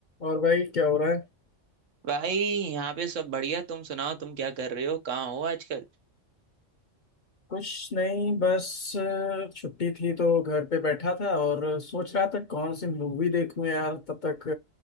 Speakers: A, on the left (about 45°); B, on the right (about 80°).
A: और भाई क्या हो रहा है
B: भाई यहाँ पे सब बढ़िया तुम सुनाओ तुम क्या कर रहे हो कहाँ हो आजकल
A: कुछ नहीं बस अ, छुट्टी थी तो घर पे बैठा था और सोच रहा था कौन सी मूवी देखूं यार तब तक